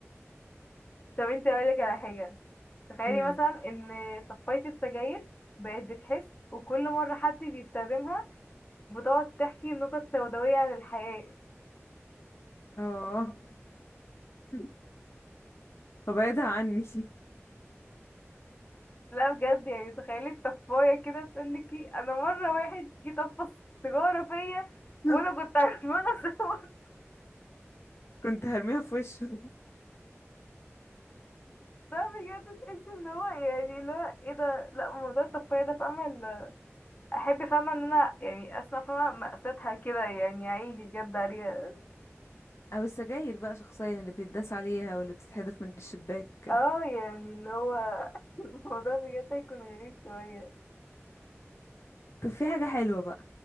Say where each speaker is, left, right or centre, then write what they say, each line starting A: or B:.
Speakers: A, on the left (about 35°); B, on the left (about 65°).
A: طب انتي اقولك على حاجة تخيلي
B: امم
A: مثلا ان طفاية السجاير بقت بتحس وكل مرة حد بيستخدمها بتقعد تحكي نكت سوداوية عن الحياة
B: اه <laughs> فبعدها عني
A: لا بجد يعني تخيلي الطفايه كده تقول لك إيه، انا مره واحد جه طفى سيجاره فيا
B: <laughs>
A: وانا كنت عماله اصور
B: كنت هرميها في وشه
A: ده <laughs> بجد تحس ان هو يعني لا ايه ده لا موضوع الطفايه ده فاهمه ال- احب فاهمه ان انا يعني اسمع فاهمه مأساتها كده يعني عيني بجد عليها
B: او السجاير بقى شخصيا اللي بيتداس عليها واللي بتتحدف من الشباك
A: اه يعني اللي هو <laughs> الموضوع بجد هيكون غريب شويه
B: طب في حاجة حلوة بقى